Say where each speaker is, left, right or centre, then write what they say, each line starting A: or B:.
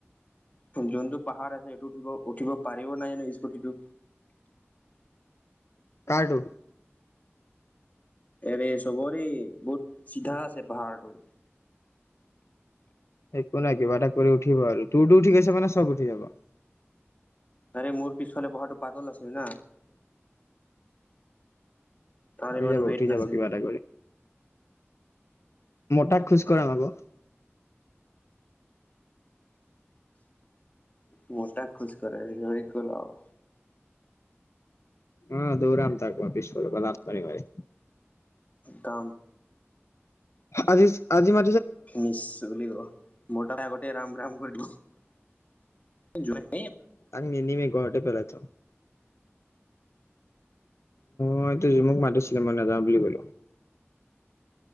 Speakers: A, on the left (about 35°); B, on the left (about 75°).
A: যোনটো পাহাৰ আছে সেইটো উঠিব উঠিব পাৰিব নাই জানো স্কুটিটো
B: কাৰটো
A: এৰে চবৰে বহুত চিধা আছে পাহাৰটো
B: একো নাই কিবা এটা কৰি উঠিব আৰু তোৰতো উঠি গৈছে মানে চব উঠি যাব
A: আৰে মোৰ পিছফালে বহাটো পাতল আছিল ন তাৰ
B: উঠি
A: মানে
B: যাব
A: ৱেট
B: উঠি যাব
A: নাছিল
B: কিবা এটা মটাক খোজকঢ়াম আকৌ
A: মোটাক খোজ কঢ়ালে হৈ গল আৰু
B: অ দৌৰাম তাক পিছফালৰ পৰা লাট মাৰি মাৰি
A: কাম
B: আজি আজি ম
A: ফিনিৰ্চ বুলি ক'ব নকৰাৰ আগতে ৰাম ৰাম বুলি কৈ দিব <inaudible>
B: তাক নিনিবি পাহাৰ টো ওপৰত মইতো জোনক মাতিছিলো মই নাযাওঁ বুলি কলো